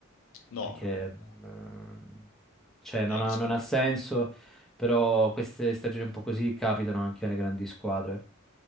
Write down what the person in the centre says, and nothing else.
perché,
ehm, cioè,
non ha,
non ha senso,
però queste stagioni un po' così capitano anche alle grandi squadre.